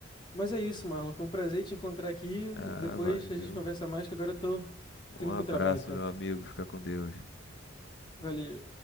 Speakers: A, on the left; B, on the left.
A: Mas é isso, Marlon. Foi um prazer te encontrar aqui.
B: Ah,
A: Depois
B: valeu.
A: a gente conversa mais, que agora eu tô, tô
B: Um
A: indo
B: abraço,
A: pro trabalho, cara.
B: meu amigo. Fica com Deus.
A: Valeu.